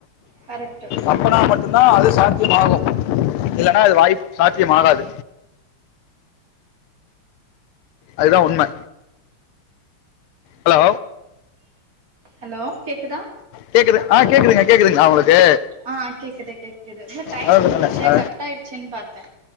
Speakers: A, on the right; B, on the left.
A: கரெக்ட்
B: அப்பனா மட்டுதா அது சாத்தியமாகு இல்லன்னா அது வாய்பு சாத்தியமாகாது அதுதா உண்ம ஹலோ
A: ஹலோ கேக்குதா
B: கேக்குது ஆ கேக்குதுங்க கேக்குதுங்களா உங்களுக்கு
A: ஆ கேக்குது கேக்குது இல்ல டைம்
B: அதான்
A: முடிஞ்சிருச்சே
B: சொன்னேன்ல. ஆ,
A: கட் ஆயிடுச்சுன்னு பாத்தே